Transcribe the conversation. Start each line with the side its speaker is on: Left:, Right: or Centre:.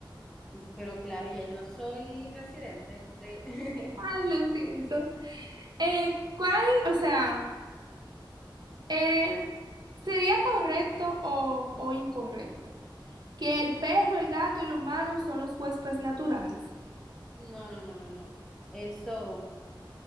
Centre: Pero claro, ya yo no soy residente de... <laughs>
Right: Ay, lo siento. Eh, ¿cuál? O sea... Eh, ¿sería correcto o, o incorrecto que el perro, el gato y el humano son los huéspedes naturales?
Centre: No, no, no, no, no. Eso,